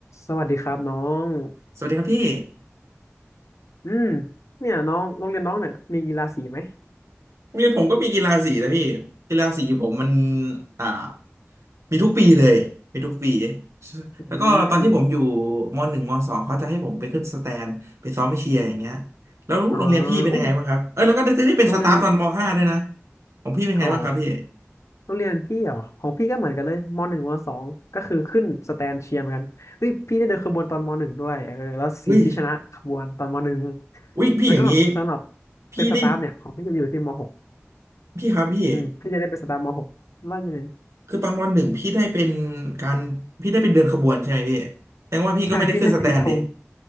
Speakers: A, on the left (about 85°); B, on the right (about 75°).
A: สวัสดีครับน้อง
B: สวัสดีครับพี่
A: อืมเนี่ยน้องโรงเรียนน้องเนี่ยมีกีฬาสีไหม
B: โรงเรียนผมก็มีกีฬาสีนะพี่กีฬาสีผมมันอ่ามีทุกปีเลยมีทุกปี
A: อืม
B: แล้วก็ตอนที่ผมอยู่มหนึ่งมสองเขาจะให้ผมไปขึ้นสแตนไปซ้อมไปเชียร์อย่างเงี้ยแล้วโรงเรียนพี่เป็นยังไงบ้างครับเออแล้วก็ได้ได้เป็นสตาฟตอนมห้าด้วยนะ
A: อ๋ออุ้ยโรงเรียน
B: ของพี่เป็นไงบ้างครับพี่
A: อ๋อโรงเรียนพี่เหรอของพี่ก็เหมือนกันเลยมหนึ่งมสองก็คือขึ้นสแตนเชียร์เหมือนกันเฮ้ยพี่ได้เดินขบวนตอนมหนึ่งด้วยเออแล้วสีพี่ชนะขบวนตอนมหนึ่ง
B: อุ้ยอุ้ยพี่อย่างนี้
A: แล้วก็สำหรับ
B: พี่ได้
A: เป็นสตาฟเนี่ยของพี่จะอยู่ที่มหก
B: พี่ครับพี่
A: อืมพี่จะได้เป็นสตาฟมหกว่ายังไง
B: คือตอนมหนึ่งพี่ได้เป็นการพี่ได้เป็นเดินขบวนใช่ไหมพี่แสดงว่าพี่ก็ไม่ได้ขึ้นสแตนดิ
A: ใช่พี่ได้ถือธง